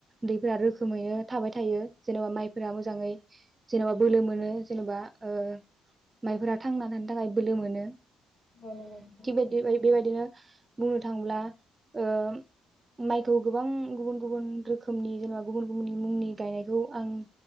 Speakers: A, on the right (about 25°); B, on the left (about 20°).
A: दैफोरा रोखोमैनो थाबाय थायो। जेनबा माइफोरा मोजाङै जेनबा बोलो मोनो जेनबा ओ माइफोरा थांना थानो थाखाय बोलो मोनो।
B: औ नंगौ नोंथां
A: <inaudible> थिग बायदि बेबायदिनो बुंनो थाङोब्ला ओ, माइखौ गोबां गुबुन गुबुन रोखोमनि जेनेबा गुबुन गुबुननि मुंनि गायनायखौ आं